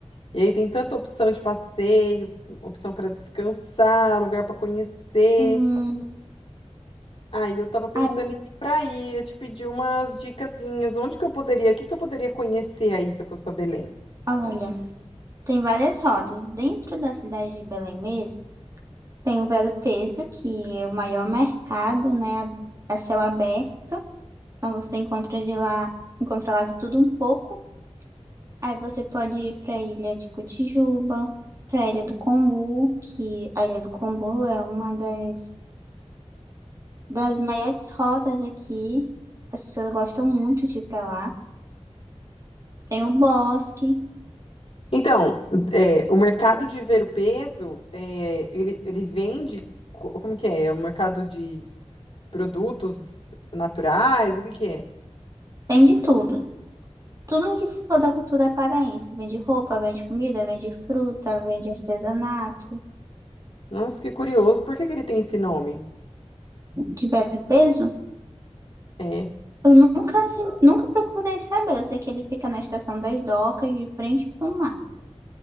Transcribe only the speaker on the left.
E aí tem tanta opção de passeio, opção para descansar, lugar para conhecer.
Aí eu tava pensando
em ir para aí, eu te pedi umas dicasinhas, onde que eu poderia, o que que eu poderia conhecer aí se eu fosse para Belém?
Então, é, o mercado de ver o peso, é, ele, ele vende, co- como que é? É um mercado de produtos naturais, o que que é?
Nossa, que curioso, por que que ele tem esse nome?
É.